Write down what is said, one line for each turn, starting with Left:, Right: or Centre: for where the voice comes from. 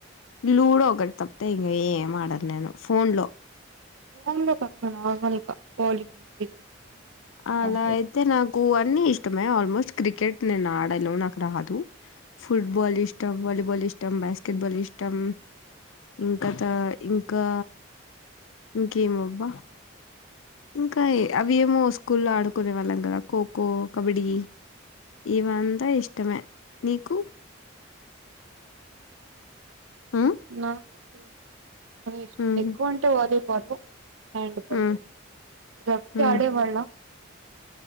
Left: లూడో ఒకటి తప్పతే ఇంక ఏం ఆడాలి నేను ఫోన్ లో
Right: ఫోన్లో కాకుండా నార్మల్గా వాలీబాల్ క్రికెట్ అలాంటివి
Left: అలా అయితే నాకు అన్ని ఇష్టమే ఆల్మోస్ట్ క్రికెట్ నేను ఆడను నాకు రాదు ఫుట్బాల్ ఇష్టం వాలీబాల్ ఇష్టం బాస్కెట్బాల్ ఇష్టం ఇంకా త ఇంకా ఇంకేం అబ్బా ఇంకా అవి ఏమో స్కూల్లో ఆడుకునే వాళ్ళం కదా ఖోఖో కబడ్డి ఇవంతా ఇష్టమే నీకు ఆ!
Right: నాకు సేవ ఇష్ట
Left: హుహు.
Right: ఎక్కువ వంటే వాలీబాల్ హ్యాండ్ బాల్
Left: హ్మ్.
Right: రబీ
Left: హ్మ్.
Right: ఆడేవాళ్ళం